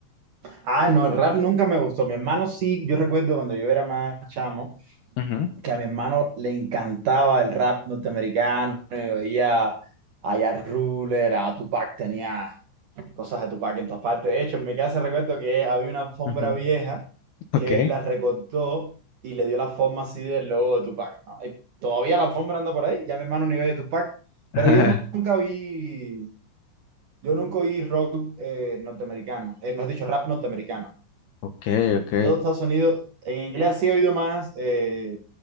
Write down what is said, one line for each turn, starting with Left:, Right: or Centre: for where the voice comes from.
Right: Ah, no, el rap nunca me gustó. Mi hermano sí, yo recuerdo cuando yo era más chamo,
Left: Ujú,
Right: que a mi hermano le encantaba el rap norteamericano, eh, oía a Ja Ruler, a Tupac tenía cosas de Tupac en todas partes. De hecho, en mi casa recuerdo que había una alfombra
Left: ujú.
Right: vieja
Left: Ok.
Right: que él la recortó y le dio la forma así del logo de Tupac, ¿no? Y todavía la alfombra anda por ahí, ya mi hermano ni oye Tupac, pero
Left: <laughs>
Right: yo nu- nunca vi, yo nunca oí rock eh, norteamericano, eh, mejor dicho, rap norteamericano.
Left: Ok, ok,
Right: Yo de Estados Unidos, en inglés sí he oído más eh,